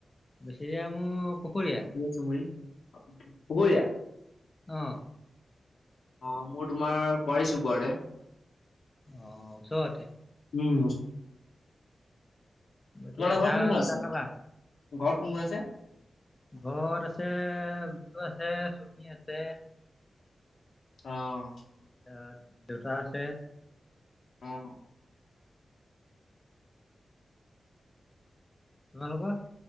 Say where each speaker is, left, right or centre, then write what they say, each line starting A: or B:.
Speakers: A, on the left; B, on the left.
A: বেছৰিয়া মোৰ পুখুৰীয়া
B: চুমুৰী পুখুৰীয়া
A: আহ।
B: অ' মোৰ তোমাৰ <inaudible> বাৰে
A: আহ ওচতে
B: উম
A: মতিয়া
B: তোমালোকৰ ঘৰত
A: চাহ
B: কোন কোন আছে?
A: থাকালা
B: ঘৰত কোন কোন আছে
A: ঘৰত আছে বি আছে? তুমি আছে
B: অ'
A: এ দেউতা আছে।
B: উম
A: তোমালোকৰ,